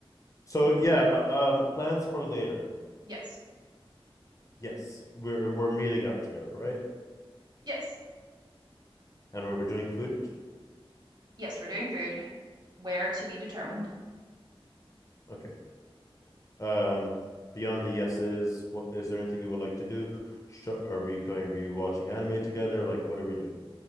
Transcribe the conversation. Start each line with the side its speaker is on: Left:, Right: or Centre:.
Left: So yeah, uh, um, plans for later.
Right: Yes.
Left: Yes, we're we're meeting up together, right?
Right: Yes.
Left: And we're doing food.
Right: Yes, we're doing food. Where to be determined.
Left: Okay. Um, beyond the yeses, what is there anything you would like to do? Sh- are we going to be watching anime together? Like, what are we doing?